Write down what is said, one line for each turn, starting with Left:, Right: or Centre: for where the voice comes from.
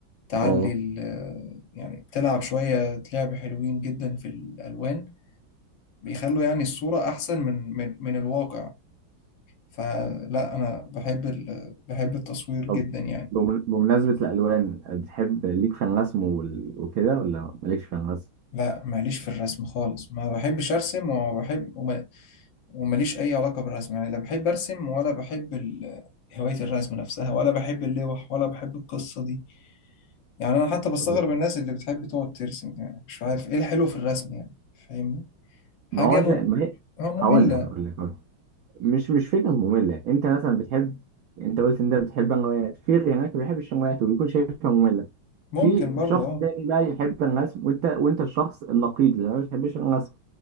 Left: تعلي
Right: آه.
Left: ال- آه، يعني تلعب شوية لعب حلوين جدا في الألوان بيخلوا يعني الصورة أحسن من من من الواقع فلا انا بحب ال... بحب التصوير
Right: طب
Left: جدا يعني
Right: بم- بمناسبة الألوان بتحب ليك في الرسم وال- وكده ولا مالكش في الرسم؟
Left: لا ماليش في الرسم خالص ما بحبش ارسم وما بحب وما... وماليش اي علاقة بالرسم يعني لا بحب ارسم ولا بحب ال... هواية الرسم نفسها ولا بحب اللوح ولا بحب القصة دي يعني انا حتى بستغرب
Right: طيب،
Left: الناس اللي بتحب تقعد ترسم يعني مش عارف ايه الحلو في الرسم يعني فاهمني حاجة
Right: ما هو
Left: م...
Right: زي ما هي
Left: آه،
Right: هقول
Left: مملة
Right: لك هقول لك مش مش فكرة مملة انت مثلا بتحب انت قلت ان انت بتحب الروايات في غيرك ما بيحبش الروايات وبيكون شايفها مملة
Left: ممكن
Right: في
Left: برضو
Right: شخص
Left: اه
Right: تاني بقى يحب الرسم وانت وانت الشخص النقيض اللي ما بيحبش الرسم